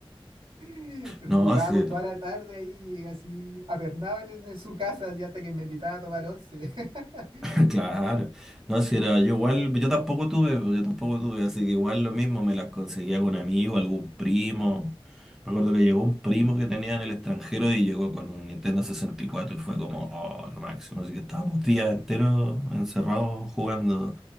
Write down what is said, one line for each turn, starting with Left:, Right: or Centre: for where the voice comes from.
Right: <laughs>
Centre: No,
Right: jugábamos
Centre: sí.
Right: toda la tarde ahí así apernaban en, en su casa y hasta que me invitaban a tomar once. <laughs>
Centre: <laughs> Claro, no, si era yo igual, yo tampoco tuve, pues, yo tampoco tuve, así que igual lo mismo me las conseguía con amigo, algún primo. Me acuerdo que llegó un primo que tenía en el extranjero y llegó con un Nintendo 64 y cuatro y fue como, oh, lo máximo. Así que estábamos días enteros encerrados jugando